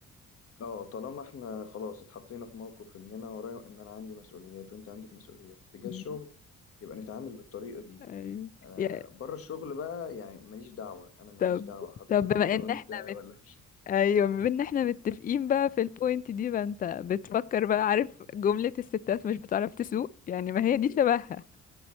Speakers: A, on the left; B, on the left.
A: اه طالما احنا خلاص اتحطينا في موقف ان انا ورايا ان انا عندي مسؤوليات وانت عندك مسؤوليات تجاه
B: مم.
A: الشغل يبقى نتعامل بالطريقه دي
B: ايوه
A: انا
B: يا
A: بره الشغل بقى يعني ماليش دعوه انا ماليش
B: طب
A: دعوه حضرتك
B: طب بما
A: انت انثى
B: ان احنا مت...
A: ولا مش
B: ايوه بما ان احنا متفقين بقى في البوينت دي بقى انت بتفكر بقى عارف جملة الستات مش بتعرف تسوق يعني ما هي دي شبهها